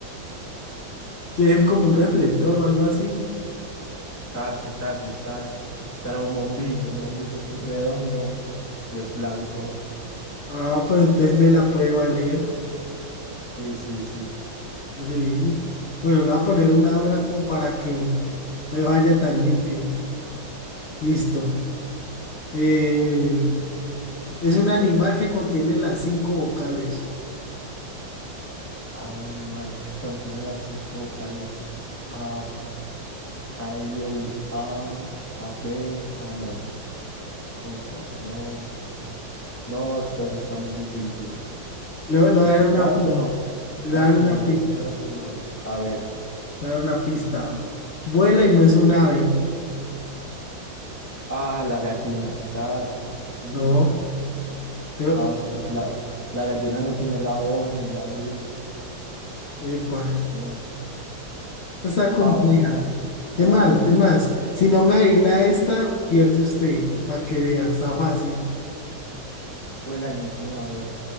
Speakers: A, on the left; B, on the left.
A: Sí, Es el como un reflector o algo así.
B: Casi, casi, esta es Este era un bombillo, un bombillo que es redondo y es blanco.
A: Ah, pero entonces me la puede valer.
B: Sí, sí, sí.
A: Sí. Bueno, le voy a poner una hora como para que no vaya tan limpio. Listo. Eh, Es un animal que contiene las cinco vocales.
B: A un animal que contiene las cinco vocales. A, A, I, O, U, A, A, B, A, no. Coco, no. No, esta sí está muy difícil.
A: Lo, lo voy
B: G-
A: a dar una
B: Gato
A: pista.
B: no.
A: Le
B: Gato
A: voy a dar una
B: no es,
A: pista.
B: perro no es. A ver.
A: Le voy a dar una pista. Vuela y no es un ave.
B: Ah, la gallina. Gallina.
A: No. Te-
B: Ah, sí, porque la, la gallina no tiene la O ni la U.
A: Epa.
B: Eh,
A: Está compleja.
B: Pa- pa-
A: Es
B: pavo,
A: más, es más. Si no me adivina esta, pierde usted. Para que vea. Está fácil.
B: vuela y no es una ave.